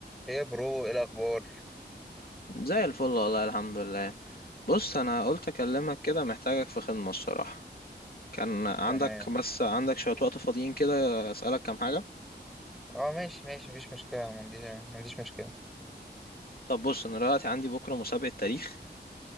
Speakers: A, in the centre; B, on the left.
A: ايه يا برو ايه الاخبار
B: زي الفل والله الحمد لله بص انا قلت اكلمك كده محتاجك في خدمة الصراحة كان عندك
A: تمام
B: بس عندك شوية وقت فاضيين كده اسألك كام حاجة
A: اه ماشي ماشي مفيش مشكله ما عنديش ما عنديش مشكله
B: طب بص انا دلوقتي عندي بكرة مسابقة تاريخ